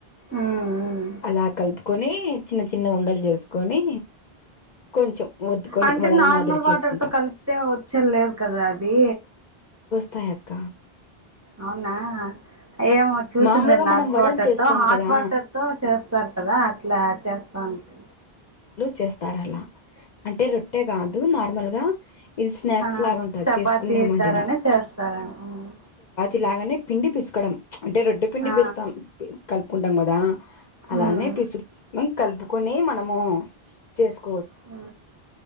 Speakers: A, on the right; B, on the left.
A: ఉమ్, ఉమ్,
B: అలా కల్పు కోని చిన్న చిన్న ఉండలు చేసుకొని కొంచెం ఒత్తుకొని
A: అంటే
B: వడల
A: నార్మల్
B: మాదిరి
A: వాటర్తో
B: చేసుకుంటాం
A: కలిపితే వచ్చే లేదు కదా అది
B: తయాక్క
A: అవునా ఏమో చూసిందిం
B: మామూలుగా
A: నర్మ
B: మనం వడలు
A: వాటర్తోహాట్
B: చేస్తాం కదా
A: వాటర్ తో చేస్తారు కదా అట్లా చేస్తాంటే
B: చేస్తారలా అంటే రొట్టె గాదు. నార్మల్ గా ఇది స్నాక్స్
A: ఆ
B: లాగా ఉంటది
A: చపాతీ
B: చేసుకున్నామంటేనా
A: ఇతారంగా చేస్తారెమో హ్మ్
B: ఇలాగానే పిండి పిస్కాడం ప్చ్ అంటే రొడ్డ్ పిండి
A: ఆ
B: బిస్తాం పి కల్ కొంటాం గదా అలా
A: మ్మ్
B: అనే పీసుక్ కున్ కల్పు కొనియ్ మనము చేస్క్
A: హు